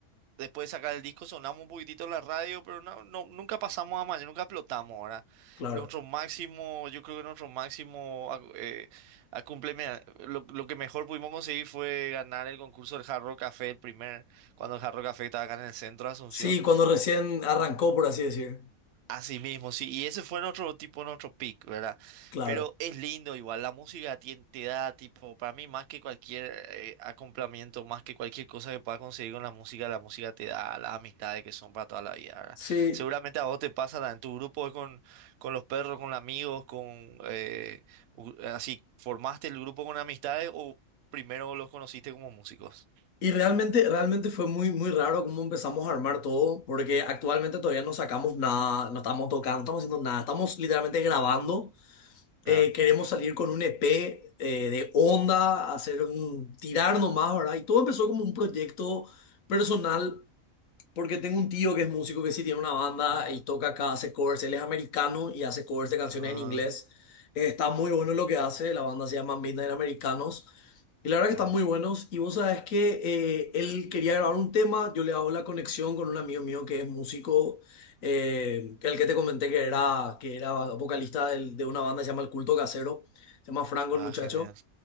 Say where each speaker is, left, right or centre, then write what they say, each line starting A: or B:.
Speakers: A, on the right (about 65°); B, on the left (about 70°).
A: después de sacar el disco sonamos un poquitito en la radio, pero no, no- nunca pasamos a mayor, nunca explotamos, ahora
B: claro.
A: Nuestro máximo, yo creo que nuestro máximo, ac- eh, a cumpleme- lo, lo que mejor pudimos conseguir fue ganar el concurso del Hard Rock Café, el primer, cuando el Hard Rock Café estaba acá en el centro de Asunción.
B: Sí, cuando recién arrancó, por así decir.
A: Así mismo, sí, y ese fue nuestro tipo, nuestro pick, ¿verdad?
B: Claro.
A: Pero es lindo igual, la música tien- te, da tipo, para mí más que cualquier eh, acompañamiento, más que cualquier cosa que puedas conseguir con la música, la música te da las amistades que son para toda la vida, ¿verdad?
B: Sí,
A: Seguramente a vos te pasa ta- en tu grupo con, con los perros, con amigos, con, eh, u- así, ¿formaste el grupo con amistades o primero los conociste como músicos?
B: Y realmente, realmente fue muy, muy raro cómo empezamos a armar todo, porque actualmente todavía no sacamos nada, no estamos tocando, no estamos haciendo nada, estamos literalmente grabando.
A: Claro.
B: Eh, queremos salir con un EP eh, de onda, hacer un, tirar nomás, ¿verdad? Y todo empezó como un proyecto personal porque tengo un tío que es músico que sí tiene una banda
A: Mm,
B: y toca acá, hace covers. Él es americano y hace covers de canciones
A: Ah,
B: en inglés. Eh, está muy bueno lo que hace. La banda se llama Midnight Americanos. Y la verdad que
A: wow.
B: están muy buenos. Y vos sabés que eh, él quería grabar un tema. Yo le hago la conexión con un amigo mío que es músico. eh, que el que te comenté que era, que era vocalista del- de una banda que se llama El Culto Casero. Se llama Franco
A: Ah,
B: el muchacho.
A: genial.